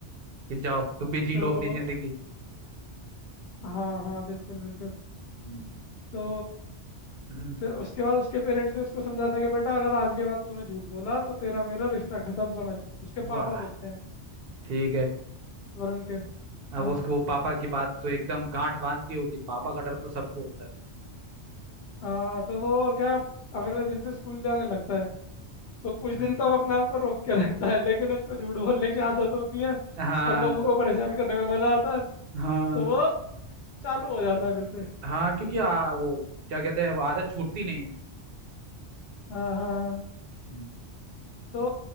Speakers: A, on the right; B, on the left.
A: ये जाओ तुम भी जी
B: तो
A: लो अपनी जिंदगी
B: हाँ हाँ बिल्कुल बिल्कुल
A: हम्म,
B: तो
A: हम्म,
B: फिर उसके बाद उसके पेरेंट्स भी उसको समझाता कि बेटा अगर आज के बाद तूने झूठ बोला तो तेरा मेरा रिश्ता खत्म समझ उसके
A: वाह
B: पापा बोलते हैं
A: ठीक है
B: वरुण के
A: अब
B: हाँ
A: उसको पापा की बात तो एकदम गांठ बांध ली होगी पापा का डर तो सबको होता है
B: हाँ तो वो क्या अगले दिन से स्कूल जाने लगता है तो कुछ
A: हम्म
B: दिन तो वो अपने आप को रोक के रखता है लेकिन उसको झूठ बोलने की आदत होती है
A: हाँ
B: और लोगों
A: तो
B: को परेशान करने में मजा आता है
A: हाँ
B: तो वो चालू हो जाता है फिर से
A: हाँ क्योंकि आ, वो क्या कहते हैं वो आदत छूटती नहीं है
B: हाँ हाँ हाँ।
A: हम्म,
B: तो